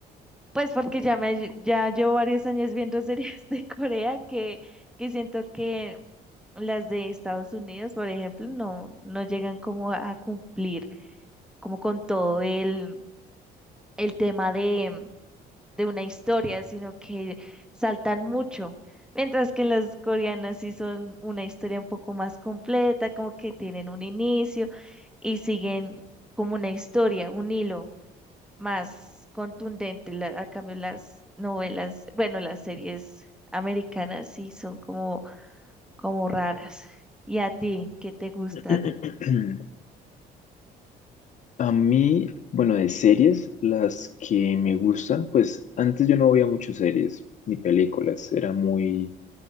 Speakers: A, in the centre; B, on the left (about 45°).
A: Pues porque ya me lle- ya llevo varios años viendo <laughs> series de Corea que, que siento que las de Estados Unidos, por ejemplo, no, no llegan como a cumplir como con todo el, el tema de, de una historia, sino que saltan mucho. Mientras que las coreanas sí son una historia un poco más completa, como que tienen un inicio y siguen como una historia, un hilo más contundente. La- a cambio, las novelas, bueno, las series americanas sí son como, como raras. ¿Y a ti, qué te gusta?
B: <clears throat> A mí, bueno, de series, las que me gustan, pues antes yo no veía muchas series ni películas, era muy